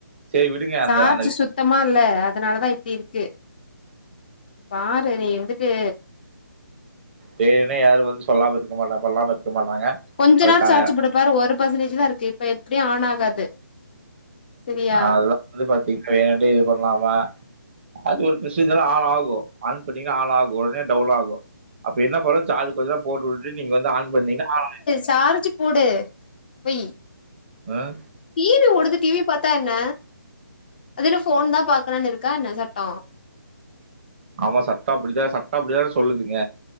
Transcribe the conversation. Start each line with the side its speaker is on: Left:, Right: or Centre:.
Right: சேரி விடுங்க அந்த
Left: சார்ஜு
Right: அந்த
Left: சுத் த்தமா இல்ல அதனாலதா இப்டி இருக்கு பாரு நீ வந்துட்டு
Right: வேணுனே யாரு வந்து சொல்லாம இருக்க மாட்டாங்க பொல்லாம இருக்க மாட்டாங்க
Left: கொஞ்ச
Right: அதுக்கான
Left: நேரோ சார்ஜு போட்டுப்பாரு ஒரு பெர்சன்டேஜ் தா இருக்கு இப்ப எப்டியு ஆன் ஆகாது செரியா
Right: அ அதெல்லா வந்து பாத்தீங்னா ஏன்ட்டே இது பண்ணாம அது ஒரு ப்ரொஸிஜர் ஆன் ஆகு ஆன் பண்ணீங்னா ஆன் ஆகு உடனே டவுல் ஆகு அப்ப என்ன பண்ணோ சார்ஜ் கொஞ்சோ போட்டு வுட்டு நீங்க வந்து ஆன் பண்ணீங்கனா ஆன் ஆய்ரு
Left: சார்ஜு போடு வய்
Right: அ
Left: டிவி ஒடுது டிவி பாத்தா என்ன அதென்ன போன் தா பாக்கனுனு இருக்கா என்ன சட்டோ
Right: ஆமா சட்டோ அப்டிதா சட்டோ அப்டிதா சொல்லுதுங்க